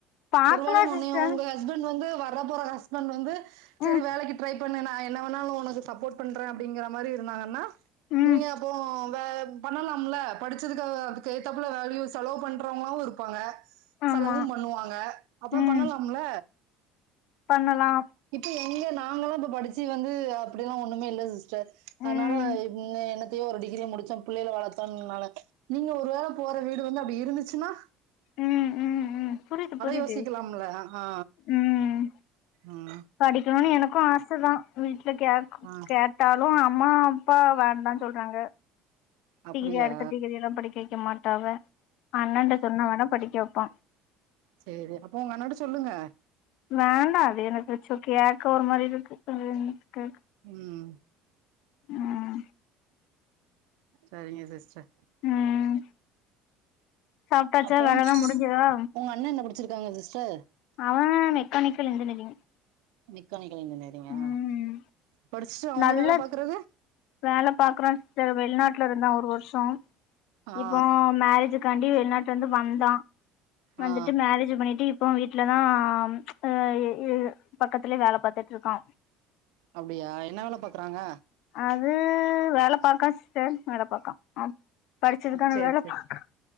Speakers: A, on the left; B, on the right.
A: பாக்கலா
B: ஒருவேள உன்னைய
A: சிஸ்டர்
B: உங்க ஹஸ்பண்ட் வந்து வர போற ஹஸ்பண்ட் வந்து செரி
A: ம்
B: வேலைக்கு ட்ரை பண்ணு நா என்ன வேணாலு உனக்கு சப்போட் பண்றே அப்டிங்கற மாரி இருந்தாங்கனா
A: ம்
B: நீங்க அப்போ வ பண்ணலாம்ல படிச்சதுக்கு அ அதுக்கேத்தாப்புல வேல்யூ செலவு பண்றவங்ளாவூ இருப்பாங்க
A: ஆமா
B: செலவும் பண்ணுவாங்க அப்றோ
A: ம்
B: பண்ணலாம்ல
A: பண்ணலா
B: இப்ப எங்க நா நாங்களூ இப்ப படிச்சு வந்து அப்டிலா ஒன்னுமே இல்ல சிஸ்டர் அத்னால
A: ம்
B: என்ன என்னத்தையோ ஒரு டிகிரி முடிச்சோ பிள்ளைகள வளத்தோம்னால நீங்க ஒரு வேள போற வீடு வந்து அப்டி இருந்துச்சினா
A: ம் ம் ம் புரிது புரிது
B: யோசிக்கலாம்ல ஆ
A: ம்
B: ம்
A: படிக்கணூன் எனக் க்கூ ஆச தா வீட்ல கேக்
B: ஆ
A: கேட்டாலூ அம்மா பா வேண்டான் சொல்றாங்க
B: அப்படியா
A: டிகிரி அடுத்த டிகிரி எல்லா படிக்க வெக்க மாட்டாங்க அண்ணான்ட சொன்ன வேணா படிக்க வப்பா
B: செரி அப்போ உங்க அண்ணகிட்ட சொல்லுங்க
A: வேண்டா அது எனக்கு சோ கேக்க ஒரு மாரி இருக்கு என்க்கு
B: ம்
A: ம்
B: சரிங்க சிஸ்டர்
A: ம் சாப்ட்டாச்சா
B: அப்றோ
A: வேலலா முடிஞ்சதா
B: உங்க அண்ண என்ன படிச்சிருக்காங்க சிஸ்டர்
A: அவ மெக்கானிக்கல் இன்ஜினியரிங்
B: மெக்கானிக்கல் இன்ஜினியரிங்கா
A: ம்
B: படிச்ட்டு அவங்க
A: நல்ல
B: வேல பாக்குறது
A: வேல பாக்றா சிஸ்டர் வெளிநாட்டுல இருந்தா ஒரு வருஷோ
B: ஆ
A: இப்போ மேரேஜுக் க்காண்டி வெளிநாட்டுலேந்து வந்தா வந்துட்டு
B: ஆ
A: மேரேஜு பண்ணிட்டு இப் இப்போ வீட்லதா ஆ எ பக்கத்துலேயே வேல பாத்துட்ருக்கா
B: அப்டியா என்ன வேல பாக்குறாங்க
A: அது வேல பாக்கா சிஸ்டர் வேல பாக்கா படிச்சதுக்கான
B: சரி
A: வேல
B: சரி
A: பாக்கா